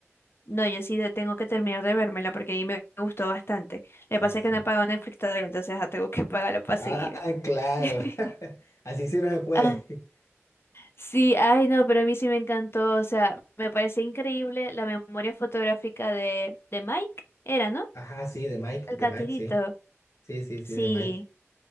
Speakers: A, on the left (about 55°); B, on the left (about 85°).
A: No, yo sí de- tengo que terminar de vérmela porque ahí me gustó bastante.
B: Sí,
A: Le pasa
B: sí.
A: es que no he pagado Netflix todavía, entonces ah, tengo que <laughs> pagarlo para
B: Ah,
A: seguir.
B: claro.
A: <laughs>
B: <laughs> Así sí no se puede.
A: Ah, sí, ay no, pero a mí sí me encantó, o sea, me parece increíble la memoria fotográfica de, de Mike, era, ¿no?
B: Ajá, sí, de Mike,
A: El
B: de
A: catirito,
B: Mike, sí. Sí, sí, sí,
A: sí,
B: de Mike.